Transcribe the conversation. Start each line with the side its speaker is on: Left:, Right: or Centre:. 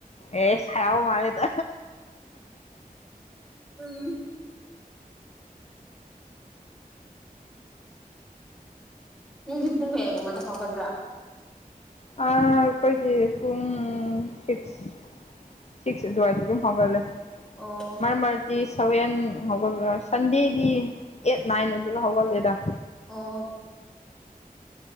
Left: ꯑꯦꯁ ꯍꯔꯥꯎꯕ ꯃꯥꯜꯂꯦꯗ
Centre: ꯎꯝ ꯅꯪꯒꯤ ꯄꯨꯡ ꯀꯌꯥꯒꯨꯝꯕꯗ ꯍꯧꯒꯠꯄ꯭ꯔꯥ
Left: ꯑꯥ ꯑꯩꯈꯣꯏꯖꯦ ꯄꯨꯡ ꯁꯤꯛꯁ ꯁꯤꯛꯁ ꯑꯗ꯭ꯋꯥꯏꯗ ꯑꯗꯨꯝ ꯍꯧꯒꯠꯂꯦ
Centre: ꯑꯣ
Left: ꯃꯔꯛ ꯃꯔꯛꯇꯤ ꯁꯚꯦꯟ ꯍꯧꯒꯠꯂꯔ ꯁꯟꯗꯦꯗꯤ ꯑꯩꯠ ꯅꯥꯏꯟ ꯑꯗꯨꯗ ꯍꯧꯒꯠꯂꯦꯗ
Centre: ꯑꯣ